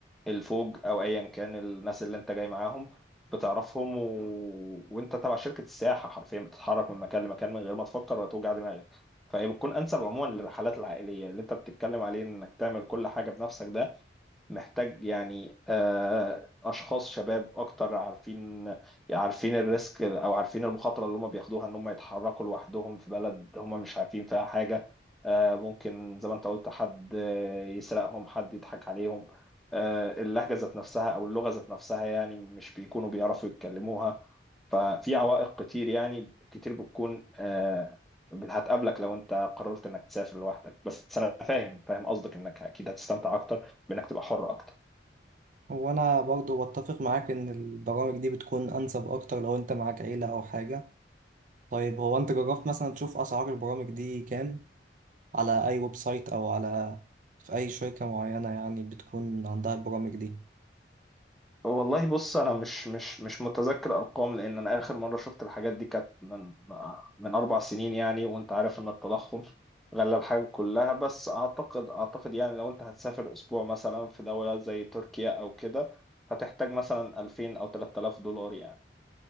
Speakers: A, in the centre; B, on the right.
A: الفوج او ايا كان الناس اللي انت جاي معاهم بتعرفهم و... وانت تبع شركه السياحه حرفيا بتتحرك من مكان لمكان من غير ما تفكر ولا توجع دماغك فهي بتكون انسب عموما للرحلات العائليه اللي انت بتتكلم عليه انك تعمل كل حاجه بنفسك ده محتاج يعني آه، اشخاص شباب اكتر عارفين عارفين الريسك او عارفين المخاطره اللي هم بياخدوها ان هم يتحركوا لوحدهم في بلد هم مش عارفين فيها حاجه آه، ممكن زي ما انت قلت حد آه، يسرقهم حد يضحك عليهم آه، اللهجة ذات نفسها أو اللغة ذات نفسها يعني مش بيكونوا بيعرفوا يتكلموها ففي عوائق كتير يعني كتير بتكون آه، هتقابلك لو أنت قررت إنك تسافر لوحدك بس أنا فاهم فاهم قصدك إنك أكيد هتستمتع أكتر بإنك تبقى حر أكتر
B: هو انا برضو بتفق معاك ان البرامج دي بتكون انسب اكتر لو انت معاك عيلة او حاجة طيب هو انت جربت مثلا تشوف اسعار البرامج دي كام على اي ويب سايت او على في اي شركة معينة يعني بتكون عندها البرامج دي
A: والله بص انا مش مش مش متذكر ارقام لان انا اخر مره شفت الحاجات دي كانت من من اربع سنين يعني وانت عارف ان التضخم غلى الحاجه كلها بس اعتقد اعتقد يعني لو انت هتسافر اسبوع مثلا في دوله زي تركيا او كده هتحتاج مثلا 2000 او 3000 دولار يعني